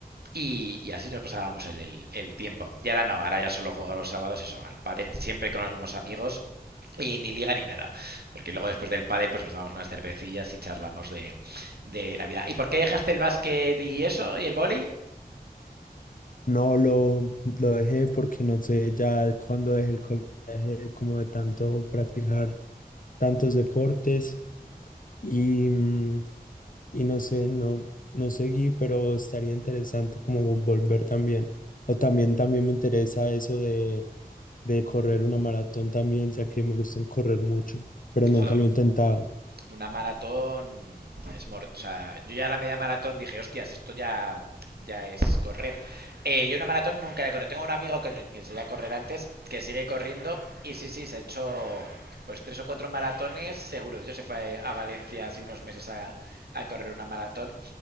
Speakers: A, on the right; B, on the left.
A: y, y así nos pasábamos el, el- el tiempo. Y ahora no, ahora ya solo juego los sábados, eso, al pádel, siempre con los mismos amigos, y ni liga ni nada, porque luego después del pádel, pues nos tomamos unas cervecillas y charlamos de, de la vida. ¿Y por qué dejaste el básquet y eso, y el vóley?
B: No, lo, lo dejé porque no sé, ya cuando dejé el colegio, dejé como de tanto practicar tantos deportes y, mm, y no sé, no, no seguí, pero estaría interesante como vo- volver también. O también, también me interesa eso de, de correr una maratón también, ya que me gusta correr mucho, pero nunca
A: Joder.
B: lo he intentado.
A: una maratón es mor o sea, yo ya a la media maratón dije, hostias, esto ya, ya es correr. Eh, yo una maratón nunca la he corrido. Tengo un amigo con el que se iba a correr antes, que sigue corriendo, y sí, sí, se ha hecho pues tres o cuatro maratones, seguro. De hecho, se fue a, a Valencia hace unos meses a, a, correr una maratón.